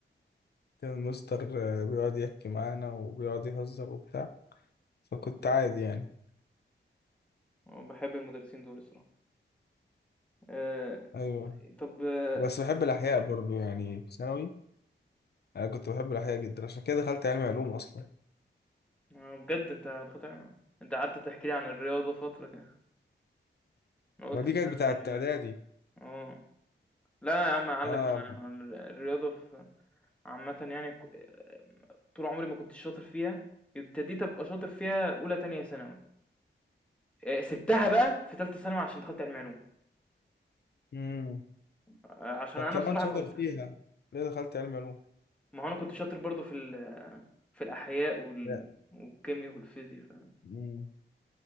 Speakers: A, on the left; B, in the centre.
A: كان المستر آه، بيقعد يحكي معانا وبيقعد يهزر وبتاع فكنت عادي يعني
B: أه، بحب المدرسين دول الصراحة أه
A: ايوه
B: طب أه
A: بس بحب الاحياء برضو يعني في ثانوي انا كنت بحب الاحياء جدا عشان كده دخلت علمي علوم اصلا
B: آه، بجد انت دخلت علم- انت قعدت تحكي لي عن الرياضة فترة كده انا قلت
A: ما دي
B: انت
A: كانت بتاعه
B: علمي رياضة
A: اعدادي
B: اه لا يا عم اعلم
A: انا
B: انا الرياضة في عامة يعني ك- آه، طول عمري ما كنت شاطر فيها ابتديت ابقى شاطر فيها اولى تانية ثانوي آه، سبتها بقى في تالتة ثانوي عشان دخلت علمي علوم
A: امم
B: آه، عشان
A: طب
B: انا
A: طبعا
B: بصراحة
A: شاطر
B: كنت
A: فيها ليه دخلت علمي علوم
B: ما هو انا كنت شاطر برضو في في الأحياء وال...
A: لا
B: والكيمياء والفيزياء ف...
A: امم